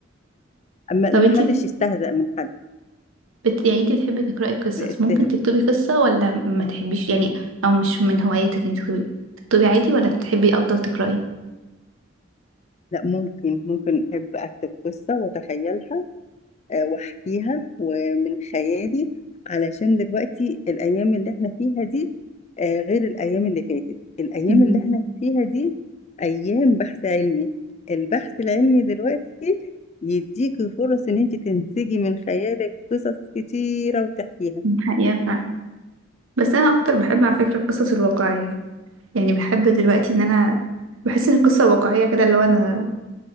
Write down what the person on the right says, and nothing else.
طب انتي
بت... يعني انت بتحبي تقرأي قصص
ممكن تكتبي قصة ولا ما تحبيش يعني او مش من هواياتك انك تكتبي تكتبي عادي ولا بتحبي افضل تقرأي
امم
الحقيقة فعلا بس انا اكتر بحب على فكرة القصص الواقعية يعني بحب دلوقتي ان انا بحس ان القصة واقعية كده اللي هو انا